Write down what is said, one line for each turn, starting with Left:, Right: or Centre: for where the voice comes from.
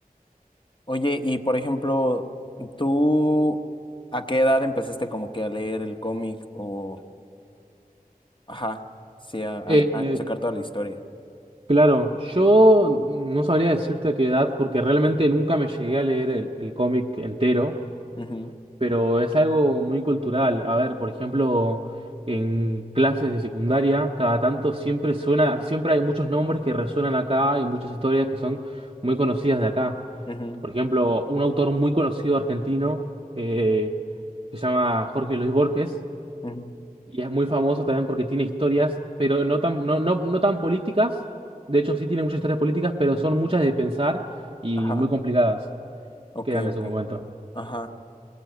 Left: Oye, y por ejemplo, ¿tú a qué edad empezaste como que a leer el cómic o, ajá, sí, a, a-
Right: Eh,
Left: a
Right: eh,
Left: checar toda la historia?
Right: claro, yo no sabría decirte a qué edad porque realmente nunca me llegué a leer el, el cómic entero.
Left: Ujú,
Right: pero es algo muy cultural. A ver, por ejemplo, en clases de secundaria, cada tanto siempre suena, siempre hay muchos nombres que resuenan acá y muchas historias que son muy conocidas de acá.
Left: ujú,
Right: Por ejemplo, un autor muy conocido argentino eh, se llama Jorge Luis Borges
Left: ujú.
Right: y es muy famoso también porque tiene historias, pero no tan, no, no, no tan políticas. De hecho, sí tiene muchas historias políticas, pero son muchas de pensar y
Left: Ajá,
Right: muy complicadas
Left: ok,
Right: que eran de
Left: ok.
Right: su momento.
Left: Ajá.